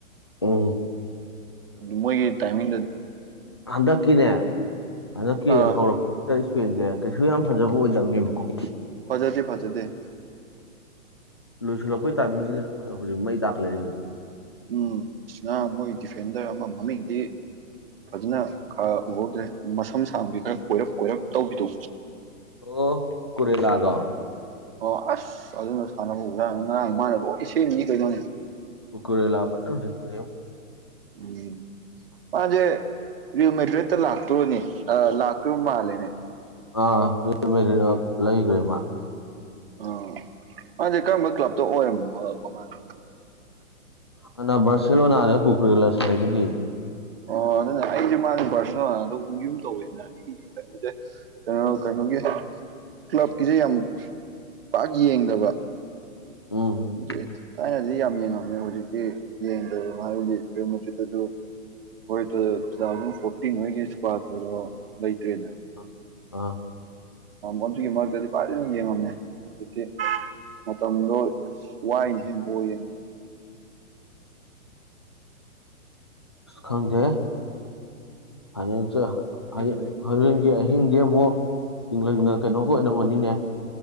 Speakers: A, on the left; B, on the right.
A: ꯑꯣ
B: ꯃꯣꯏꯒꯤ ꯇꯥꯏꯃꯤꯡꯗꯗꯤ
A: ꯍꯟꯗꯛꯀꯤꯅꯦ ꯍꯟꯗꯛꯀꯤ
B: ꯑꯥ
A: ꯍꯧꯔꯛ ꯏꯁꯄꯦꯟꯁꯦ ꯀꯩꯁꯨ ꯌꯥꯝ ꯐꯖꯕ ꯑꯣꯏꯗꯕꯅꯦꯕꯀꯣ
B: ꯐꯖꯗꯦ ꯐꯖꯗꯦ
A: ꯂꯣꯏꯁꯤꯜꯂꯛꯄꯩ ꯇꯥꯏꯃꯤꯡꯁꯤꯗꯅꯈꯣꯏꯅ ꯍꯧꯖꯤꯛ ꯃ ꯇꯥꯛꯠꯂꯛꯏꯁꯦ
B: ꯎꯝ ꯉꯔꯥꯡ ꯃꯣꯏ ꯗꯤꯐꯦꯟꯗꯔ ꯑꯃ ꯃꯃꯤꯡꯗꯤ ꯐꯖꯅ ꯈꯔ ꯎꯍꯧꯗ꯭ꯔꯦ ꯃꯁꯝ ꯁꯥꯡꯕꯗꯤ ꯈꯔ ꯀꯣꯏꯔꯞ ꯀꯣꯏꯔꯞ ꯇꯧꯕꯤꯗꯣ
A: ꯑꯣ ꯀꯨꯀꯨꯔꯦꯂꯥꯗꯣ
B: ꯑꯣ ꯑꯁ ꯑꯗꯨꯅ ꯁꯥꯟꯅꯕ ꯉꯔꯥꯡ ꯃꯥꯅ ꯂꯣꯏ ꯁꯦꯝꯃꯤꯅꯤ ꯀꯩꯩꯅꯧꯅꯦ
A: ꯀꯨꯀꯨꯔꯦꯂꯥ ꯐꯖꯅ ꯅꯩꯒꯔꯦ
B: ꯎꯝ ꯃꯥꯁꯦ ꯔꯦꯜ ꯃꯦꯗ꯭ꯔꯤꯠꯇ ꯂꯥꯛꯇꯣꯏꯅꯦ ꯂꯥꯛꯇꯣꯏꯔꯤꯕ ꯃꯥꯜꯂꯦꯅꯦ
A: ꯑꯥ ꯔꯦꯜ ꯃꯦꯗꯔꯤꯗꯅ ꯂꯩꯈ꯭ꯔꯦ ꯃꯥ
B: ꯑ ꯃꯥꯥꯟꯁꯦ ꯀꯔꯝꯕ ꯀ꯭ꯂꯞꯇ ꯑꯣꯏꯔꯣ ꯃꯃꯥꯡ
A: ꯍꯥꯟꯅ ꯕꯥꯔꯁꯦꯂꯣ ꯅꯥꯗ ꯀꯨꯀꯨꯔꯦꯂꯥ ꯁꯥꯟꯅꯩꯗꯨꯗꯤ
B: ꯑꯣ ꯑꯗꯨꯅ ꯑꯩꯁꯦ ꯃꯥꯁꯦ ꯄꯥꯔꯁꯣꯅꯦꯜꯗ ꯌꯨꯝ ꯇꯧꯋꯤꯁꯤꯅ ꯑꯩꯒꯤ ꯀꯩꯅꯣꯁꯦ ꯀꯩꯅꯣ ꯀꯩꯅꯣꯒꯤ ꯀ꯭ꯂꯕꯀꯤꯁꯦ ꯌꯥꯝ ꯄꯥꯛ ꯌꯦꯡꯗꯕ
A: ꯎꯝ
B: ꯑꯗꯨ ꯊꯥꯏꯅꯗꯤ ꯌꯥꯝ ꯌꯦꯡꯉꯝꯃꯦ ꯍꯧꯖꯤꯛꯇꯤ ꯌꯦꯡꯗꯔꯤꯕ ꯍꯥꯏꯕꯗꯤ ꯁꯤꯠꯇꯁꯨ ꯍꯣꯏ ꯇꯨ ꯊꯥꯎꯖꯟ ꯐꯣꯔꯇꯤꯟ ꯍꯣꯏꯒꯤ ꯏꯁꯀ꯭ꯋꯥꯠ ꯊꯣꯏꯗꯣ ꯂꯩꯇ꯭ꯔꯦꯅꯦ
A: ꯑ ꯑ
B: ꯑꯗꯨꯒꯤ ꯃꯔꯛꯇꯗꯤ ꯐꯖꯅ ꯌꯦꯡꯉꯝꯃꯦ ꯍꯧꯖꯤꯛꯇꯤ ꯃꯇꯝꯗꯣ ꯋꯥꯏꯅꯦ ꯍꯦ ꯕꯣꯜ ꯌꯦꯡ
A: ꯈꯪꯗꯦ ꯐꯥꯏꯅꯦꯜꯁꯦ
B: ꯑꯍꯤꯡ
A: ꯍꯌꯦ
B: ꯑꯍꯤꯡ
A: ꯑꯍꯤꯡꯗꯤ ꯑꯃꯨꯛ ꯏꯪꯂꯟꯒ ꯀꯩꯅꯣꯒ ꯑꯣꯏꯔꯝꯃꯅꯤꯅꯦ